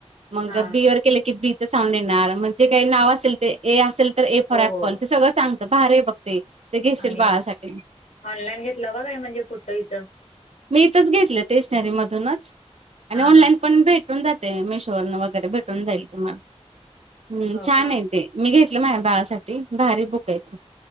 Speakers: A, on the right; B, on the left.
A: मगं
B: हा
A: बी वर केलं की बी साऊंड येणार मगं जे काही नाव असेल ते ए असेल तर ए फॉर
B: हो
A: ऍप्पल
B: हो
A: ते सगळं सांगतं भारी आहे बघ ते, ते घेशील
B: आणि
A: बाळासाठी.
B: ऑनलाईन घेतलं <unintelligible> म्हणजे कुठं इथं.
A: मी इथंच घेतलं स्टेशनरी मधूनच आणि
B: हा
A: ऑनलाईन
B: हा
A: पण भेटून जातंय मेशोवरुन वगैरे भेटून जाईल तुम्हाला हम्
B: हो
A: छान
B: का
A: आहे ते. मी घेतलं माझ्या बाळासाठी भारी बुक आहेेत.